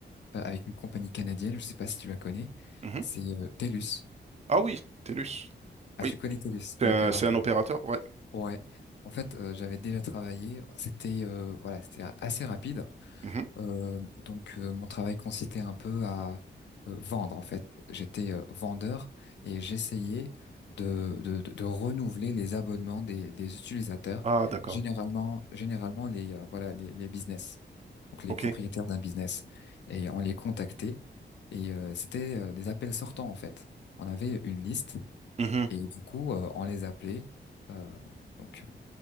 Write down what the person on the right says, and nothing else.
mhm.
Ah oui, TELUS.
Oui,
c'est
un, c'est un opérateur, ouais.
Mhm.
Ah d'accord.
Ok.
Mhm.